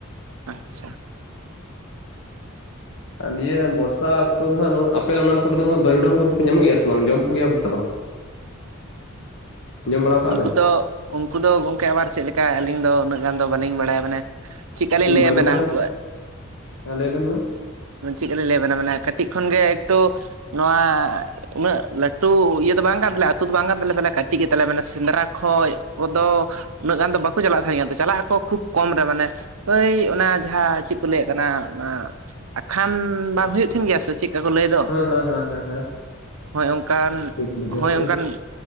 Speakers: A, on the right (about 85°); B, on the left (about 65°).
A: ᱟᱪᱪᱷᱟ
B: ᱟᱨ ᱱᱤᱭᱟᱹ ᱵᱚᱨᱥᱟ ᱚᱠᱛᱚ ᱫᱚ ᱦᱟᱸᱜ ᱟᱯᱮ ᱚᱱᱟ ᱠᱚᱨᱮ ᱫᱚ ᱦᱟᱸᱜ ᱵᱟᱹᱨᱩᱰᱟᱝ ᱠᱚᱫᱚ ᱠᱚ ᱧᱟᱢᱚᱜ ᱜᱮᱭᱟ ᱥᱮ ᱵᱟᱝ? ᱡᱚᱢ ᱠᱚᱜᱮᱭᱟ ᱯᱮ ᱥᱮ ᱵᱟᱝ?
A: <unintelligible>
B: ᱡᱚᱢ ᱵᱟᱲᱟᱣ ᱠᱟᱜ
A: ᱩᱱᱠᱩ
B: ᱵᱮᱱ
A: ᱫᱚ ᱩᱱᱠᱩ ᱫᱚ ᱜᱚᱝᱠᱮ ᱟᱵᱟᱨ ᱪᱮᱫ ᱞᱮᱠᱟ ᱟᱹᱞᱤᱧ ᱫᱚ ᱩᱱᱟᱹᱜᱼᱼ ᱜᱟᱱ ᱫᱚ ᱵᱟᱹᱞᱤᱧ ᱵᱟᱲᱟᱭᱟ ᱢᱟᱱᱮ ᱪᱮᱫᱠᱟᱞᱤᱧ ᱞᱟᱹᱭᱟ
B: ᱵᱟᱹᱨᱩᱰᱟᱝ
A: ᱟᱵᱮᱱᱟ ᱟᱵᱚᱣᱟᱜ
B: ᱠᱚ ᱦᱮᱸ ᱞᱟᱹᱭ ᱵᱮᱱ ᱢᱟ
A: ᱢᱟᱱᱮ ᱪᱮᱫᱠᱟ ᱞᱤᱧ ᱞᱟᱹᱭ ᱟᱵᱮᱱᱟ ᱢᱟᱱᱮ ᱠᱟᱹᱴᱤᱡ ᱠᱷᱚᱱᱜᱮ ᱮᱠᱴᱩ ᱱᱚᱣᱟ ᱩᱱᱟᱹᱜ ᱞᱟᱹᱴᱩ ᱤᱭᱟᱹ ᱫᱚ ᱵᱟᱝ ᱠᱟᱱ ᱛᱟᱞᱮᱭᱟ ᱟᱛᱩ ᱫᱚ ᱵᱟᱝ ᱠᱟᱱ ᱛᱟᱞᱮᱭᱟ ᱛᱟᱦᱞᱮ ᱠᱟᱹᱴᱤᱡ ᱜᱮ ᱛᱟᱞᱮᱭᱟ ᱢᱟᱱᱮ ᱥᱮᱸᱫᱽᱨᱟ ᱠᱷᱚᱡ ᱠᱚᱫᱚ ᱩᱱᱟᱹᱜ ᱜᱟᱱ ᱫᱚ ᱵᱟᱠᱚ ᱪᱟᱞᱟᱜ ᱛᱟᱦᱮ ᱜᱮᱭᱟ ᱟᱫᱚ ᱪᱟᱞᱟᱜ ᱟᱠᱚ ᱠᱷᱩᱵ ᱠᱚᱢ ᱨᱮ ᱢᱟᱱᱮ ᱟᱭ ᱚᱱᱟ ᱡᱟᱦᱟᱸ ᱪᱮᱫ ᱠᱚ ᱞᱟᱹᱭᱮᱫ ᱠᱟᱱᱟ ᱚᱱᱟ ᱟᱠᱷᱟᱱ ᱵᱟᱝ ᱦᱩᱭᱩᱜ ᱛᱟᱦᱮᱱ ᱜᱮᱭᱟ ᱥᱮ ᱪᱤᱫ ᱪᱮᱫᱠᱟ ᱠᱚ ᱞᱟᱹᱭ ᱫᱚ
B: ᱦᱮᱸ ᱦᱮᱸ ᱦᱮᱸ ᱦᱮᱸ ᱦᱮᱸ
A: <inaudible> ᱦᱳᱭ ᱚᱱᱠᱟᱱ
B: ᱴᱷᱤᱠ ᱵᱩᱡᱷᱟᱹᱣ
A: ᱦᱳᱭ
B: ᱠᱮᱜ
A: ᱚᱱᱠᱟᱱ
B: ᱟᱹᱧ